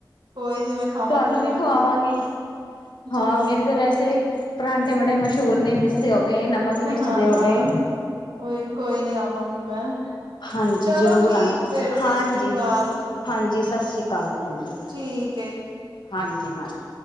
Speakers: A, on the right; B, on the left.
A: ਕੋਈ ਨੀ ਮੈਂ ਖਾਵਾਂਗੀ
B: ਤੁਹਾਨੂੰ
A: ਪਰਾਂਠੇ
B: ਵੀ ਖਵਾਵਾਂਗੇ
A: ਜ਼ਰੂਰ
B: ਹਾਂ ਮੇਰੇ ਤਾਂ ਵੈਸੇ ਅੰਡੇ ਬੜੇ ਮਸ਼ਹੂਰ ਨੇ ਹੋ ਗਏ ਨਮਕ ਮਿਰਚ
A: ਹਾਂ
B: ਦੇ ਹੋ ਗਏ।
A: ਉਹੀ ਕੋਈ ਨੀ ਆਵਾਂਗੀ ਮੈਂ
B: ਹਾਂਜੀ
A: ਚਲੋ
B: ਜ਼ਰੂਰ
A: ਠੀਕ
B: ਆਉਣਾ
A: ਫੇਰ ਸਤਿ
B: ਹਾਂਜੀ
A: ਸ੍ਰੀ ਅਕਾਲ
B: -ਹਾਂਜੀ ਸਤਿ ਸ਼੍ਰੀ ਅਕਾਲ। ਹਾਂਜੀ
A: ਠੀਕ ਏ
B: -ਹਾਂਜੀ -ਹਾਂਜੀ-